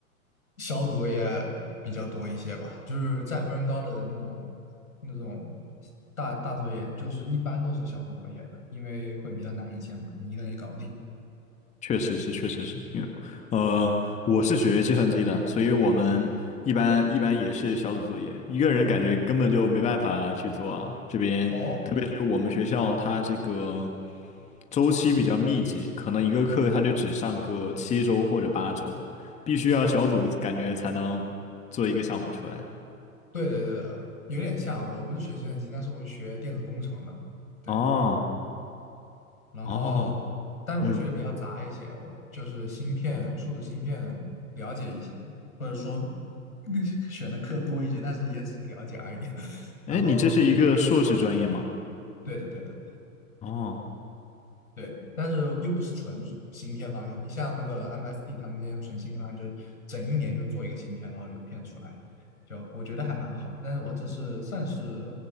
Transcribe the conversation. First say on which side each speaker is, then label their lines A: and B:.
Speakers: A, on the left (about 70°); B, on the left (about 15°).
A: 小组作业比较多一些吧，就是占分高的那种那种大大作业，就是一般都是小组作业的，因为会比较难一些嘛，你一个人也搞不定。
B: 确实是，确实是因为呃，我是学计算机的，所以我们一般一般也是小组作业，一个人感觉根本就没办法去做啊。这边特别是我们学校，
A: 哦，
B: 它这个周期比较密集，可能一个课它就只上个七周或者八周，必须要小组感觉才能做一个项目出来。
A: 对对对的，有点像，我不是学计算机，但是我是学电子工程的，对。
B: 哦
A: 然后，
B: 哦，
A: 但是我学的比较杂一些，
B: 嗯，
A: 我就是芯片、数字芯片了解一些，或者说 <laughs> 选的课多一些，但是也只是了解而已。<laughs>
B: 哎，
A: 然后，
B: 你这是一个硕士专业吗？
A: 对的，对的，
B: 哦，
A: 对的，但是又不是纯芯片方向。你像那个 MSD 他们那些纯芯片方向，就是整一年就做一个芯片，然后流片出来，就我觉得还蛮好。但是我这是算是